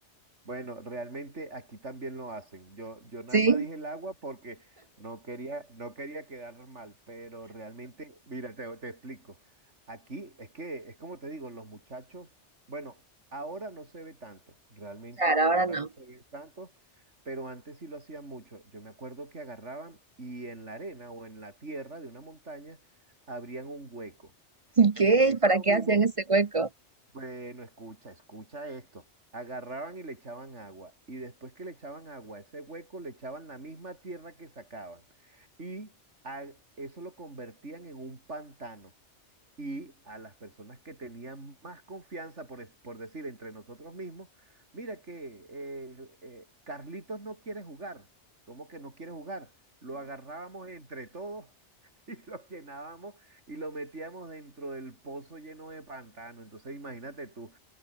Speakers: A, on the right; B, on the right.
A: Bueno, realmente aquí también lo hacen. Yo, yo nada
B: ¿Sí?
A: más dije el agua porque no quería, no quería quedar mal, pero realmente, mira, te, te explico. Aquí es que, es como te digo, los muchachos, bueno, ahora no se ve tanto, realmente
B: Claro,
A: ahora
B: ahora no.
A: no se ve tanto, pero antes sí lo hacían mucho. Yo me acuerdo que agarraban y en la arena o en la tierra de una montaña abrían un hueco.
B: <laughs> ¿Y qué?
A: Con eso
B: ¿Para qué
A: mismo
B: hacían ese hueco?
A: bueno, escucha, escucha esto. Agarraban y le echaban agua. Y después que le echaban agua a ese hueco, le echaban la misma tierra que sacaban. Y a- eso lo convertían en un pantano. Y a las personas que tenían más confianza, por, es- por decir entre nosotros mismos, mira que eh, eh, Carlitos no quiere jugar. ¿Cómo que no quiere jugar? Lo agarrábamos entre todos <laughs> y lo llenábamos y lo metíamos dentro del pozo lleno de pantano. Entonces imagínate tú.